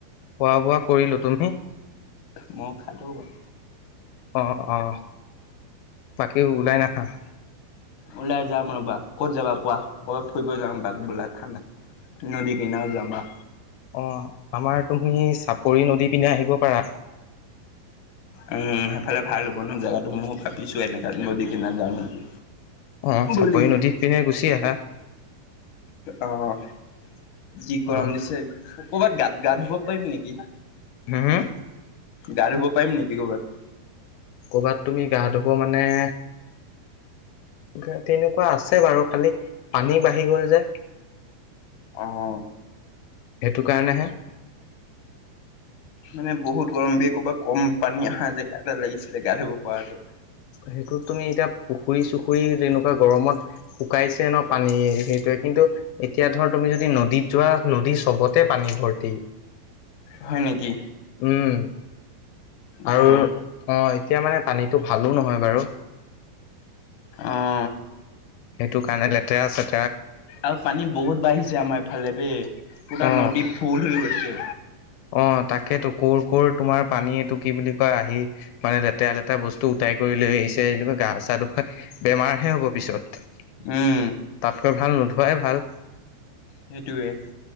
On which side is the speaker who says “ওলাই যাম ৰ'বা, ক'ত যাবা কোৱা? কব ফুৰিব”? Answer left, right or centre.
Left